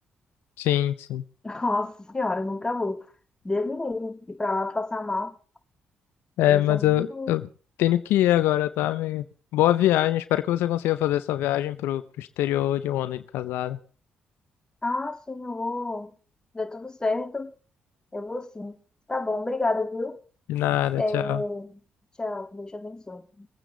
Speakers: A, on the left; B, on the left.
A: Sim, sim.
B: <laughs> Nossa senhora, eu nunca vou. Deus me livre. E pra lá passar mal.
A: É,
B: Eles
A: mas
B: são
A: eu,
B: muito...
A: eu tenho que ir agora, tá, amigo? Boa viagem, espero que você consiga fazer essa viagem pro, pro exterior de um ano de casada.
B: Ah, sim, eu vou. Deu tudo certo. Eu vou sim. Tá bom, obrigada, viu?
A: De nada,
B: É,
A: tchau.
B: tchau, Deus te abençoe.